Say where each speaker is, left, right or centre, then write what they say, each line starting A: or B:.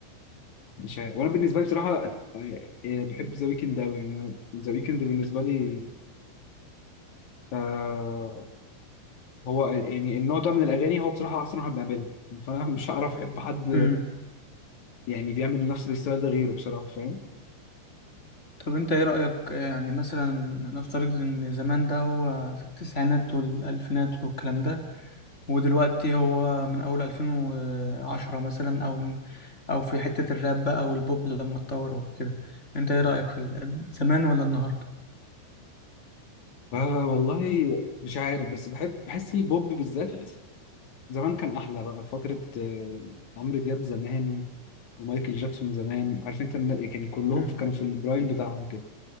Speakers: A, on the left; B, on the left.
A: مش عارف. وانا بالنسبه لي بصراحه يعني، آه، يعني بحب ذا ويكند قوي يعني ذا ويكند بالنسبه لي آه هو يعني النوع ده من الاغاني هو بصراحه احسن واحد بيعملها فانا مش هعرف احب حد
B: امم
A: يعني بيعمل نفس الستايل ده غيره بصراحه فاهم
B: طب انت ايه رأيك يعني مثلا نفترض ان زمان ده هو في التسعينات والألفينات والكلام ده ودلوقتي هو من أول 2010 مثلا أو أو في حتة الراب بقى أو البوب لما اتطور وكده أنت إيه رأيك في ال- زمان ولا النهاردة؟
A: آه والله مش عارف بس بحب بحس البوب بالذات زمان كان احلى بقى فتره آه، عمرو دياب زمان ومايكل جاكسون زمان عارف انت الن- كان كلهم
B: مم.
A: كانوا في البرايم بتاعهم كده